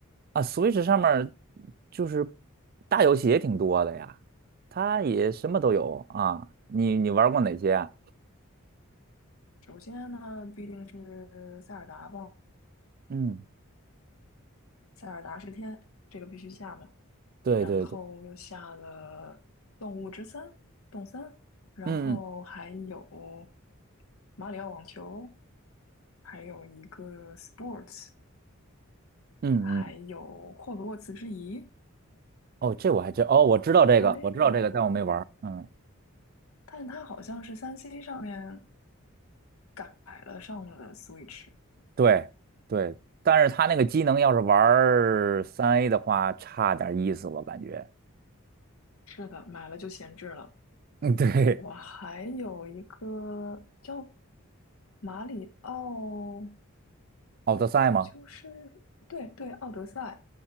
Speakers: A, on the right; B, on the left.
A: 啊，Switch 上面儿就是大游戏也挺多的呀，它也什么都有啊。你你玩过哪些啊？
B: 首先呢，必定是塞尔达吧，
A: 嗯，
B: 塞尔达是天，这个必须下嘛。
A: 对对对，
B: 然后又下了《动物之森》《动森》，然后还有
A: 嗯
B: 马里奥网球，还有一个 Sports，
A: 嗯嗯嗯，
B: 还有霍格沃茨之遗，
A: 哦，这我还真哦，我知道这个，
B: 还有。
A: 我知道这个，但我没玩儿嗯，
B: 但它好像是三 c 上面改了上了 Switch。
A: 对对，但是它那个机能要是玩三 A 的话，差点意思，我感觉。
B: 是的，买了就闲置了。
A: 嗯，对，
B: 我还有一个叫马里奥，
A: 奥德赛吗？
B: 就是对对，奥德赛，